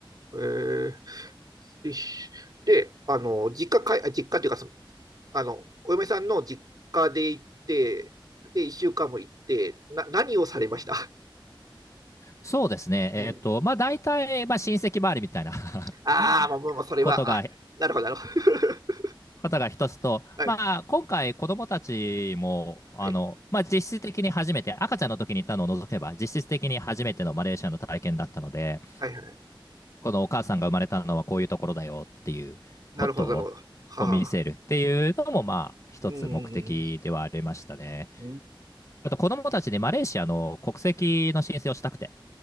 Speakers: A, on the right; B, on the left.
A: ど。へえ、で、しであの、実家かい、あ実家というかその、あの、お嫁さんの実家で行って、で、一週間も行って、な、何をされました
B: そうですねえっ、
A: <laughs> うん。
B: とまあ大体まあ親戚周りみたいな <laughs>
A: あーまあ、まあ、まあ、それは、
B: ことが
A: あ、なるほど、なるほど。
B: ことが一つと、
A: <laughs> はい、
B: まあ、今回、子どもたちもあの、
A: はい、
B: まあ、実質的に初めて、赤ちゃんの時に行ったのを除けば、実質的に初めてのマレーシアの体験だったので、
A: はい、はい。
B: このお母さんが生まれたのはこういうところだよっていうことをこ見せるっていうのも、
A: なるほど、なるほど。はあ、
B: まあ、一つ目的ではありましたね。
A: うん、うん。
B: あと、子どもたちでマレーシアの国籍の申請をしたくて、